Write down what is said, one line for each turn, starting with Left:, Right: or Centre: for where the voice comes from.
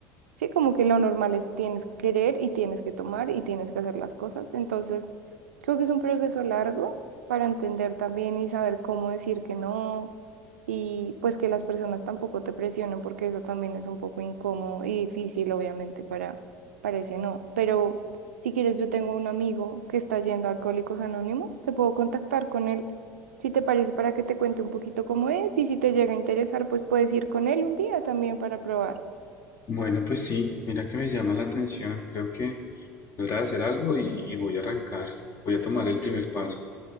Right: Sí, como que lo normal es tienes que querer y tienes que tomar y tienes que hacer las cosas. Entonces, creo que es un proceso largo para entender también y saber cómo decir que no y pues que las personas tampoco te presionen porque eso también es un poco incómodo y difícil, obviamente, para, para ese no. Pero si quieres, yo tengo un amigo que está yendo a Alcohólicos Anónimos, te puedo contactar con él. Si te parece, para que te cuente un poquito cómo es y si te llega a interesar, pues puedes ir con él un día también para probar.
Left: Bueno, pues sí, mira que me llama la atención. Creo que podrá hacer algo y, y voy a arrancar. Voy a tomar el primer paso.